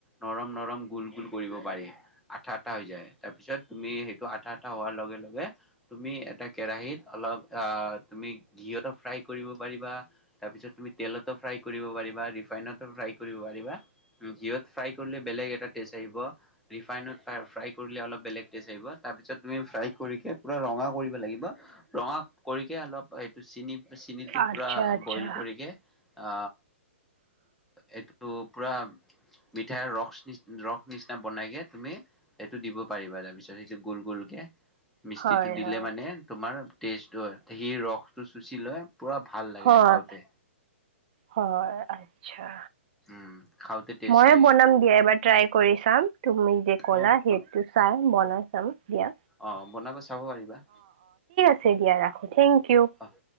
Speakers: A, in the centre; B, on the right.
A: নৰম নৰম গোল গোল কৰিব পাৰি। আঠা আঠটা হৈ যায়, তাৰপিছত তুমি সেইটো আঠা আঠা হোৱাৰ লগে লগে, তুমি এটা কেৰাহিত অলপ <unintelligible> তুমি ঘিয়তো ফ্ৰাই কৰিব পাৰিবা, তাৰপিছত তুমি তেলতো ফ্ৰাই কৰিব পাৰিবা। ৰিফাইনতো ফ্ৰাই কৰিব পাৰিবা, ঘিয়ত ফ্ৰাই কৰিলে বেলেগ এটা টেষ্ট আহিব, ৰিফাইনত <unintelligible> ফ্ৰাই কৰিলে অলপ বেলেগ টেষ্ট আহিব, তাপিছত তুমি ফ্ৰাই কৰিকে পুৰা ৰঙা কৰিব লাগিব, ৰঙা কৰিকে অলপ এইটো চিনি-চিনিটো
B: আচ্ছা
A: পুৰা
B: আচ্ছা
A: বইল কৰিকে অ, এইটো পুৰা মিঠাইৰ ৰস নি ৰস নিচনা বনাইকে তুমি এইটো দিব পাৰিবা তাৰপিছত সেইটো গোল গোলকে, মিস্তিটো
B: হয়
A: দিলে
B: হয়
A: মানে তোমাৰ টেষ্টো হয়, সি ৰসটো চুচি লয়, পুৰা ভাল লাগে
B: হয়
A: খাওঁতে।
B: হয়, আচ্ছা।
A: উম খাওঁতে টেষ্ট
B: ময়ে
A: লাগে
B: বনাম দিয়া এবাৰ ট্ৰাই কৰি চাম, তুমি যে কলা
A: অ
B: সেইটো চাই বনাই চাম দিয়া।
A: অ', বনাব চাব পাৰিবা।
B: এ দিয়া ৰাখোঁ, থেংক ইউ
A: অ',